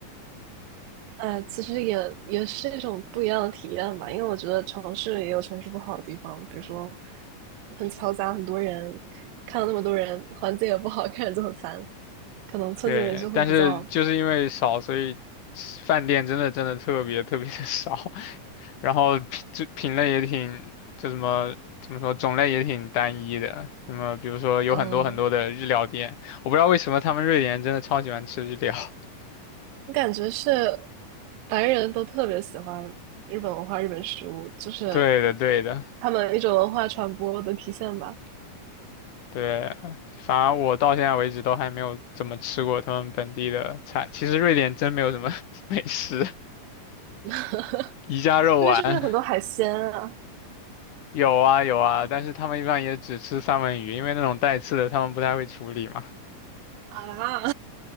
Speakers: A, on the right (about 85°); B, on the left (about 65°).
A: 哎，其实也也是一种不一样的体验吧，因为我觉得城市也有城市不好的地方，比如说很嘈杂，很多人，看到那么多人，环境也不好，<laughs> 看着就很烦。可能村子里面就会比较，
B: 对，但是就是因为少，所以吃饭店真的真的特别特别的少，<laughs> 然后品就品类也挺，就什么怎么说，种类也挺单一的。那么比如说有很多很多的日料店，
A: 嗯，
B: 我不知道为什么他们瑞典人真的超喜欢吃日料。<laughs>
A: 我感觉是白人都特别喜欢日本文化、日本食物，就是
B: 对的，对的，
A: 他们一种文化传播的体现吧。
B: 对。反而我到现在为止都还没有怎么吃过他们本地的菜。其实瑞典真没有什么 <laughs> 美食，
A: <laughs>
B: 宜家肉丸。
A: 那边是不是很多海鲜啊？
B: 有啊有啊，但是他们一般也只吃三文鱼，因为那种带刺的他们不太会处理嘛。
A: 啊，